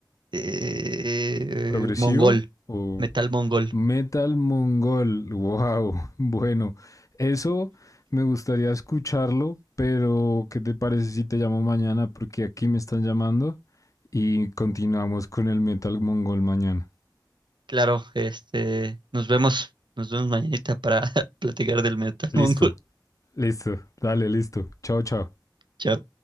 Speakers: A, on the right; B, on the left.
A: eh,
B: ¿Progresivo
A: mongol,
B: o
A: metal mongol.
B: metal mongol? Wow. <laughs> Bueno, eso me gustaría escucharlo, pero ¿qué te parece si te llamo mañana? Porque aquí me están llamando y continuamos con el metal mongol mañana.
A: Claro, este, nos vemos, nos vemos mañanita para <laughs> platicar del Metal
B: Listo,
A: Mongol.
B: listo. Dale, listo. Chao, chao.
A: <laughs> Chao.